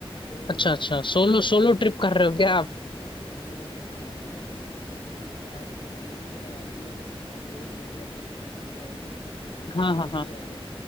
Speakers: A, on the left; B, on the left.
A: तो
B: अच्छा अच्छा
A: अ,
B: सोलो
A: तो
B: सोलो ट्रिप कर रहे हो क्या
A: अ,
B: आप
A: हाँ भाई मैं सोलो ट्रिप कर रहा हूँ तो मैं सोच रहा था कि तुम आप मेरे को ये भी थोड़ा आइडिया अगर तुम आप गए हुए हो उधर आपको एक्सपीरियंस है थोड़ा आइडिया दे दो कि जैसे मैं सात
B: हाँ
A: दिन
B: हाँ
A: के
B: हाँ
A: लिए आ रहा हूँ